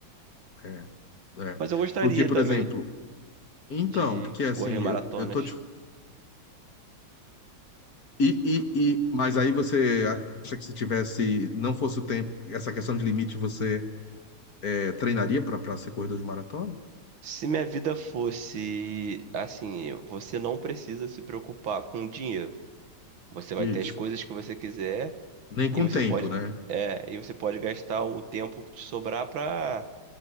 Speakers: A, on the left; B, on the right.
A: É, é.
B: Mas eu gostaria
A: Porque, por
B: também
A: exemplo, então,
B: de
A: porque assim,
B: correr maratonas.
A: eu, eu tô te, e, e, e, mas aí você acha que se tivesse, não fosse o tempo, essa questão de limite, você é, treinaria para ser corredor de maratona?
B: Se minha vida fosse assim, você não precisa se preocupar com dinheiro. Você vai
A: Isso.
B: ter as coisas que você quiser
A: Nem
B: e
A: com
B: você
A: tempo,
B: pode,
A: né?
B: é, e você pode gastar o tempo que te sobrar para